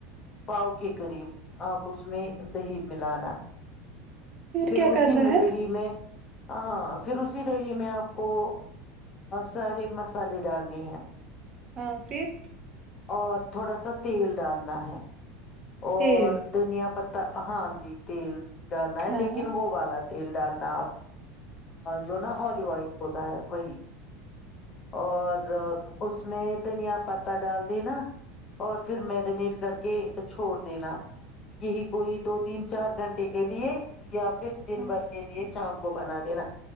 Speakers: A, on the left (about 35°); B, on the right (about 35°).
A: پاؤ کے قریب آپ اس میں دہی ملانا پھر
B: کیا
A: اسی
B: کر
A: مدہی
B: رہا ہے
A: میں ہاں پھر اسی دیہی میں آپ کو سارے مسالے ڈالنی ہے
B: ہاں پھر
A: اور تھوڑا سا تیل ڈالنا ہے اور
B: تیل
A: دنیا پتی ت ہاں جی تیل ڈالنا ہے
B: ہاں
A: لیکن وہ بالا تیل ڈالنا آپ جو نا آلیو آائف ہوتی ہوتا وہی اور اس میں دھنیا پتا ڈال دی نا اور پھر میرینیٹ کر کے چھوٹ دینا یہی کوئی دو تین چار گھنٹے کے لیے یا پھر دن
B: ہاں
A: بھر کے لیے شام کو بنا دینا